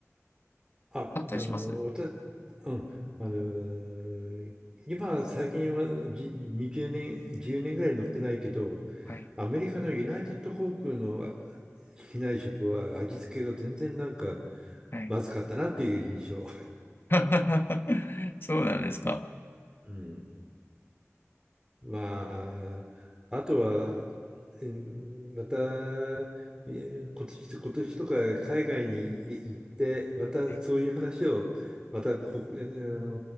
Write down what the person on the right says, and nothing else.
あ、
あの、私、うん、あの、今、最近はじ20年、10年ぐらい乗ってないけど、
アメリカのユナイテッド航空の機内食は味付けが全然なんか
まずかったなっていう印象。
うん、まあ、あとは、えーまた、えー今年、今年とか海外にい行って、またそういう話を、
またここ、えーあ